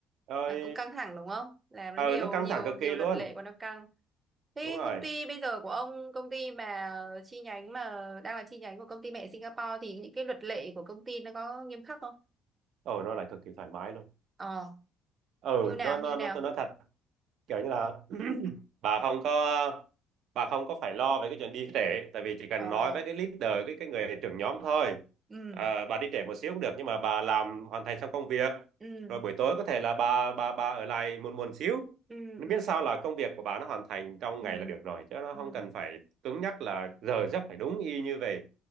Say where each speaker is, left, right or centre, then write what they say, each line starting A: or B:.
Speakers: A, on the right; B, on the right.
A: rồi
B: Là cũng căng thẳng đúng không làm nó
A: ừ
B: nhiều
A: nó căng
B: nhiều
A: thẳng cực
B: nhiều
A: kỳ
B: luật
A: luôn
B: lệ của nó căng thế
A: đúng rồi
B: công ty bây giờ của ông công ty mà chi nhánh mà đang là chi nhánh của công ty mẹ Singapore thì những cái luật lệ của công ty nó có nghiêm khắc không
A: ừ nó lại cực kỳ thoải mái luôn
B: ờ
A: ừ
B: như nào
A: nó nó
B: như nào
A: nó tôi nói thật kiểu như là <clears throat> bà không có bà không có phải lo về cái chuyện đi trễ tại vì chỉ cần
B: ờ
A: nói với cái leader cái cái người trưởng nhóm thôi
B: ừ
A: à, bà đi trễ một xíu cũng được nhưng mà bà làm hoàn thành xong công việc
B: ừ
A: rồi buổi tối có thể là bà bà bà ở lại muộn muộn xíu
B: ừ
A: nó
B: ừ
A: miễn sao là công việc của bà nó hoàn thành trong
B: ừ
A: ngày là được rồi chứ nó
B: ừ
A: không cần phải cứng nhắc là giờ giấc phải đúng y như vậy